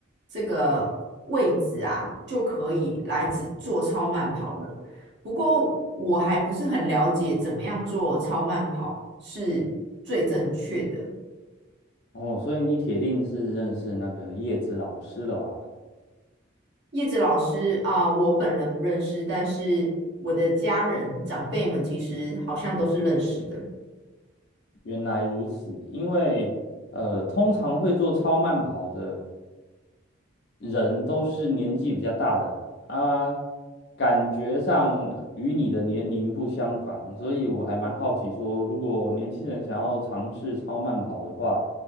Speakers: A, on the right (about 60°); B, on the left (about 55°).
A: 这个位置啊，就可以来只做超慢跑了。不过我还不是很了解怎么样做超慢跑是最正确的。
B: 哦，所以你铁定是认识那个叶子老师了吧？
A: 叶子老师啊，我本人不认识，但是我的家人长辈们其实好像都是认识的。
B: 原来如此，因为呃，通常会做超慢跑的。人都是年纪比较大的啦，啊，感觉上与你的年龄不相仿，所以我还蛮好奇说，如果年轻人想要尝试超慢跑的话，